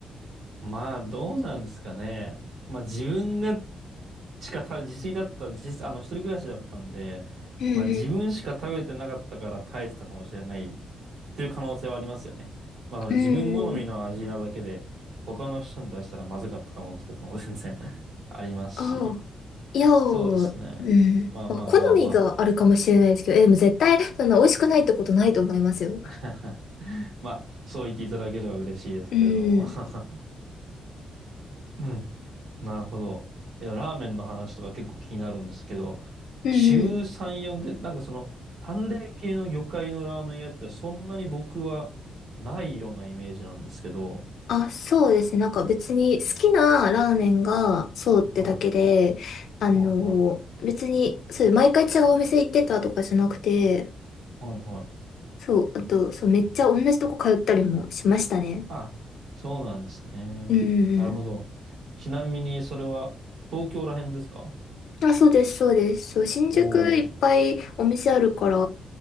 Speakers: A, on the right; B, on the left.
A: まあ、どうなんですかね。まあ、自分がしかた、自炊だった、自、あの、一人暮らしだったんで、
B: うん
A: まあ、自分しか食べてなかったから耐えてたかもしれないっていう可能性はありますよね。まあ、その自分好みの味なだけで、
B: うん。うん。
A: 他の人に出したらまずかった可能性とかも全然 <laughs> ありますし。
B: ああ、いやー、
A: そうですね。
B: うん。
A: まあまあまあま
B: まあ、好みがあるかもしれないですけど、え、でも絶対、そんな美味しくないってことないと思いますよ。
A: あ。<laughs> まあ、そう言っていただければ嬉しいですけれども。
B: うん。
A: <laughs> うんなるほど。え、でもラーメンの話とか結構気になるんですけど、
B: うんうん。
A: 週3、4で、なんかその、淡麗系の魚介のラーメン屋ってそんなに僕はないようなイメージなんですけど、
B: あ、そうですね。なんか別に好きなラーメンがそうってだけで、
A: は
B: あの、
A: い、はい、は
B: 別に、そう、毎回違うお店行ってたとかじゃなくて、
A: い、はい、はい。
B: そう、あと、そう、めっちゃ同じとこ通ったりもしましたね。
A: あ、そうなんですね。
B: うんうん
A: なるほど。ちなみにそれは東京ら辺ですか
B: あ、そうです、そうです。そう、新宿いっぱいお店あるから、
A: お